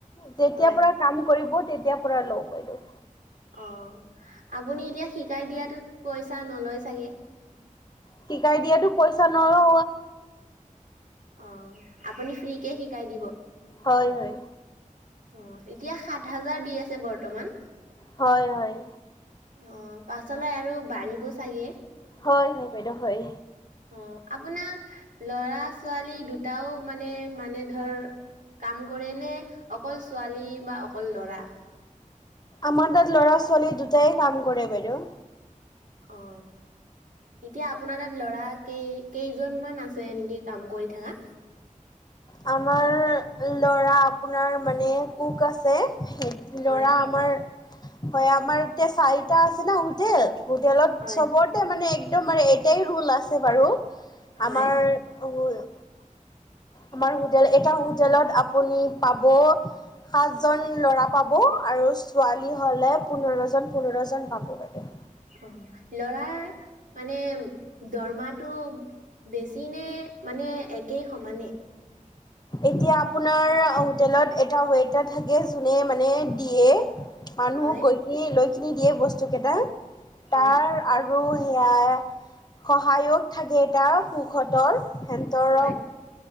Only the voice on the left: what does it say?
যেতিয়াৰ
পৰা কাম কৰিব তেতিয়াৰ পৰা লও বাইদেউ।
শিকাই দিয়াতো পইচা নলও।
হয়-হয়।
হয়-হয়।
হয়-হয়, বাইদেউ হয়।
আমাৰ তাত লৰা ছোৱালী দুটাই কাম কৰে বাইদেউ।
আমাৰ ল'ৰা আপোনাৰ, মানে কোক আছে
ল'ৰা আমাৰ হয়, আমাৰ এতিয়া চাৰিটা আছে ন' হোটেল। হোটেলত,
চবতে মানে একদম আৰু এটাই ৰোল আছে বাৰু।
আমাৰ, উম।
আমাৰ হোটেল, এটা হোটেলত আপুনি পাব সাত জন ল'ৰা পাব, আৰু ছোৱালী হলে পোন্ধৰ জন, পোন্ধৰ জন পাব বাইদেউ।
এতিয়া আপুনাৰ, হোটেলত এটা ৱেটাৰ থাকে যুনে মানে, দিয়ে মানুহক
গৈ কিনি, লৈকিনি দিয়ে বস্তু কেইটা।
তাৰ আৰু আৰু সেয়া, সহায়ক থাকে এটা কুকহতৰ। সেন্তৰক,